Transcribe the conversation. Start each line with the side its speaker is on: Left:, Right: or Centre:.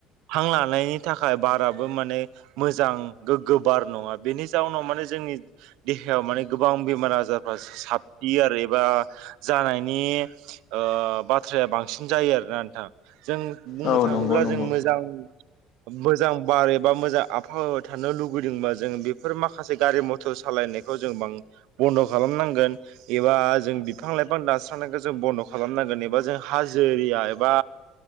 Right: हां लानायनि थाखाय बाराबो माने मोजां गोग्गो बार नङा बेनि जाउनाव माने जोंनि देहायाव माने गोबां बेमार आजारफ्रा साबफियो आरो एबा जानाय नि बाथ्राया बांसिन जायो आरोना नोंथां जों बुंनो
Left: औ
Right: थाङोब्ला
Left: नंगौ नंगौ
Right: जों मोजां मोजां बार एबा मोजां आबहावायाव थानो लुुबैदोंबा जों बेफोर माखासे गारि मथर सालायनो खौ जों बां बन्द खालाम नांगोन एबा जों बिफां-लाइफां दान खौ जों बन्द' खालामनांगोन एबा जों हाजो एरिया एबा